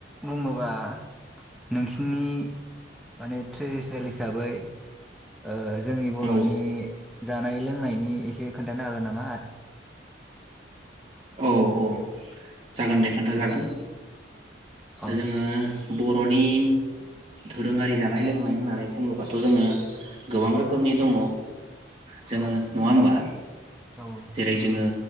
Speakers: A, in the centre; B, on the right (about 30°).
A: बुङोबा नोंसिनि माने ट्रेडिसनेल हिसाबै ओ जोंनि बर'नि
B: औ
A: जानाय लोंनायनि एसे खोन्थानो हागोन नामा आरो
B: औ औ जागोन दे खोन्था जागोन
A: औ औ
B: जोङो बर'नि दोरोङारि जानाय लों नाय होननानै बुङोबाथ जोङो गोबां रोखोमनि दङ जोङो
A: औ
B: नङा होमबा
A: औ
B: जेरै जोङो